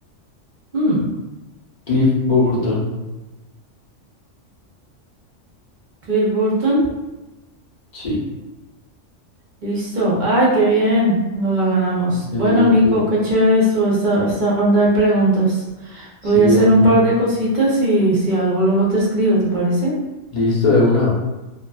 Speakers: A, on the right (about 50°); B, on the left (about 45°).
A: Mm,
B: Cliff Burton.
A: Cliff Burton.
B: Sí.
A: Listo. Ay, qué bien. Nos la ganamos.
B: Excelente.
A: Bueno, Nico, qué chévere estuvo esta, esta ronda de preguntas.
B: Sí,
A: Voy a hacer
B: Dani.
A: un par de cositas y si algo luego te escribo, ¿te parece?
B: Listo, de una.